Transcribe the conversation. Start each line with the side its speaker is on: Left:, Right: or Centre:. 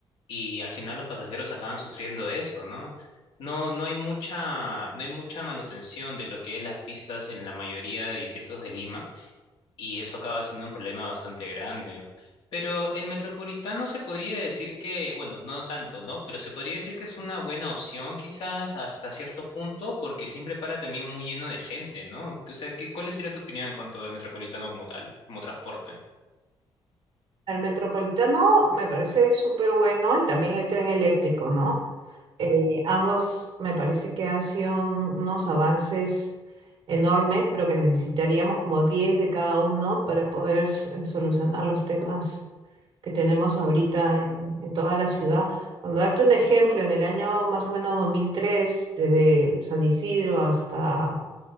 Left: y al final los pasajeros acaban sufriendo eso, ¿no? No, no hay mucha, no hay mucha manutención de lo que es las pistas en la mayoría de distritos de Lima y eso acaba siendo un problema bastante grande. Pero el metropolitano se podría decir que, bueno, no tanto, ¿no? Pero se podría decir que es una buena opción quizás hasta cierto punto porque siempre para también muy lleno de gente, ¿no? O sea, ¿qué, cuál sería tu opinión en cuanto al metropolitano como tal, como transporte?
Right: El metropolitano me parece súper bueno y también el tren eléctrico, ¿no? Eh, ambos me parece que han sido un- unos avances enormes, pero que necesitaríamos como 10 de cada uno para poder s- eh, solucionar los temas que tenemos ahorita en, en toda la ciudad. Cuando darte un ejemplo, en el año más o menos 2003, desde San Isidro hasta,